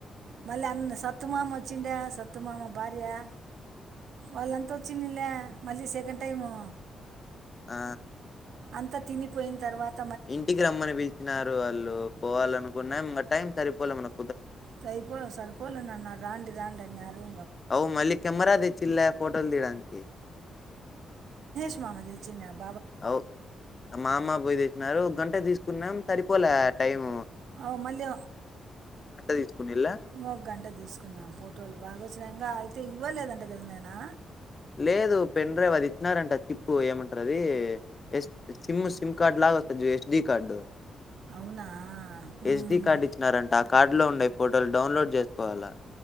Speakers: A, on the right; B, on the left.
A: మళ్ళీ అన్న సత్తుమామ వచ్చిండా సత్తుమామ భార్యా, వాళ్ళంతా వచ్చిందిళ్లే మళ్ళీ సెకండ్ టైమూ.
B: ఆ
A: అంతా తినిపోయిన్ తర్వాత్
B: ఇంటికి రమ్మని పిలిచినారు వాళ్ళు పోవాలను ఉన్నా టైం సరిపోలే మనక్
A: సైపోలే సరిపోలే నాన్న రాండి రాండ్ డన్నారూ
B: అవు మళ్ళీ కెమెరా తెచ్చిన్లా ఫోటోలు తీయడానికి.
A: న్న మామ తెచ్చినామ్
B: అవు. మామ్మ పోయి తీచ్చినారు గంట తీసుకున్నాం సరిపోలే టైమూ.
A: అవు మళ్ళీ
B: తీసుకునిలా
A: ఇంగ ఒక గంట తీసుకున్నాం ఫోటోలు బాగా వచ్చినయి ఇంగా అ తే ఇవ్వలేదంట గదా నైనా.
B: లేదు పెన్ డ్రైవ్ అది ఇచ్చినారంట చిప్పు ఏమంటరదీ ఎస్ సిమ్ సిమ్ కార్డు లాగా వస్తది చూడు ఎస్డి కార్డు.
A: అవునా ఉమ్.
B: ఎస్డి కార్డు ఇచ్చినారంట ఆ కార్డు లో ఉండయి. ఫొటోల్ డౌన్లోడ్ చేసుకోవాలా.